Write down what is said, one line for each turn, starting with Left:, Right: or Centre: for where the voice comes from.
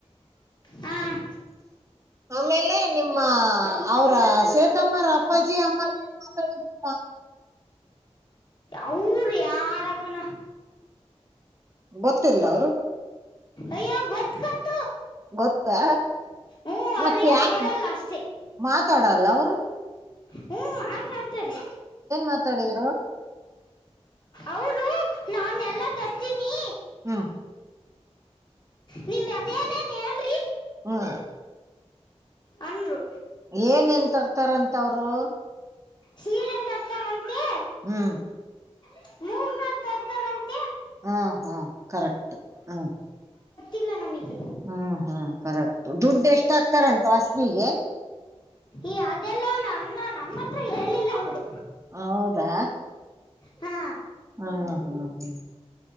Left: ಹ್ಮ
Right: ಆಮೇಲೆ ನಿಮ್ಮ ಅವ್ರ ಸೇತಮ್ಮ ಅಪ್ಪಾಜಿ ಅಮ್ಮರ ಏನ್ ಮಾತಾಡಿದರು
Left: ಅವ್ರು ಯಾರ ಕಣ
Right: ಗೊತ್ತಿಲ್ಲ ಅವರು
Left: ಅಯ್ಯೋ ಗೊತ್ತಾ
Right: ಗೊತ್ತಾ
Left: ಹ್ಞೂ
Right: ಮತ್ತೆ
Left: ಅವ್ರೇನ್
Right: ಯಾಕ್
Left: ಬರಲ್ಲ ಅಷ್ಟೇ
Right: ಮಾತಾಡಲ್ಲ ಅವರು
Left: ಹ್ಮ್ ಆತಾಡ್ತಾರೆ
Right: ಮಾತಾಡಿದ್ರು
Left: ಅವರು ನಾನ ಎಲ್ಲ ತರ್ತೀನಿ
Right: ಹ್ಮ್
Left: ನೀವು ಅದು ಹೆನ್ ಹೆನ್
Right: ಹ್ಮ್
Left: ಅಂದ್ರು
Right: ಏನ್ ಏನ್ ತರ್ತಾರಂತ ಅವರು
Left: ಸೀರೆ ತರ್ತಾರಂತೆ
Right: ಹ್ಮ್
Left: <unintelligible>
Right: ಹಾ ಹಾ ಕರೆಕ್ಟ್ ಹಾ
Left: ಇಲ್ಲ ನಮಗೆ
Right: ಹ್ಮ್ ಹ್ಮ್ ಕರೆಕ್ಟ್ ದುಡ್ಡು ಎಷ್ಟಾಗಕ್ತಾರಂತು ಹಸವಿಗೆ
Left: ಈ ಅದೆಲ್ಲ ನನ್ನ ನಮ್ಮ ಹತ್ರ ಹೇಳಿಲ್ಲ ಅವರು
Right: ಹೌದಾ
Left: ಹಾ
Right: ಹಾ ಹ್ಮ್ ಹ್ಮ್